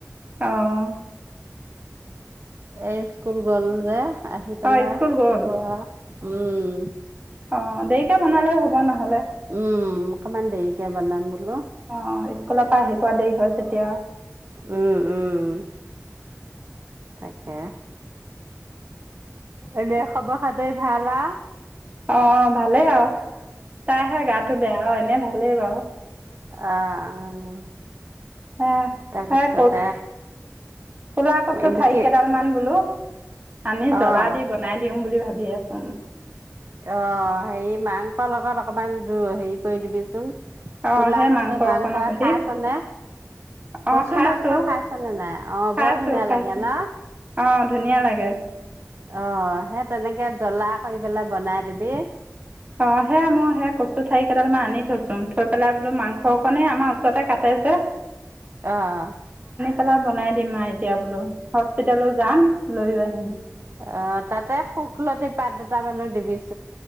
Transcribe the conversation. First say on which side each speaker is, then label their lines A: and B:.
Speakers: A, on the right; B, on the right.
A: অহ।
B: এ স্কুল গল যে আহি পেলা
A: অঁ স্কুল গ'ল
B: চাব আৰু। উম।
A: অ', দেৰিকা বনালেও হ'ব নহলে।
B: উম, অকমান দেৰিকে বনাম বোলো।
A: অ', স্কুলৰ পৰা আহি পোৱা দেৰি হয় তেতিয়া।
B: উম, উম, তাকে। এনে খবৰ খাদই ভালা?
A: অঁ ভালেই আৰু তাইহে গাটো বেয়া এনে ভালেই বাৰু।
B: আ, আ। অ',
A: হে
B: তাৰপিছত
A: হে ক ক'লা কচু
B: এব
A: ঠাৰি
B: কি
A: কেইডালমান বোলো আনি জ্বলা
B: অ
A: দি বনাই দিওঁ বুলি ভাব তাব ক ন
B: অ', হে মাংস লগত অকমান জ হেৰি কৰি দিবিচোন।
A: অঁ
B: কলা
A: সেই
B: কচু মাংস
A: অকণৰ সৈতে
B: খাইছনে,
A: অঁ
B: কচু
A: খাইছোঁ
B: মাংস খাইছনে নাই অ',
A: খাইছোঁ
B: বৰ ধুনীয়া
A: খাইছোঁ
B: লাগে ন?
A: অঁ ধুনীয়া লাগে
B: অ', সেই তেনেকে জ্বলা কৰি পেলাই বনাই দিবি।
A: অ', সেয়া মই সেই কচু ঠাৰি কেইডাল মান আনি থৈছো থৈ পেলাই বোলো মাংসকনে আমাৰ ওচৰতে কাটে যে।
B: অহ।
A: তেলত বনাই দিম আৰু এতিয়া বোলো, হস্পিতেেলত যাম লৈও আহিম।
B: অ', তাতে শুকলতি পাত দুট মানো দিবিচ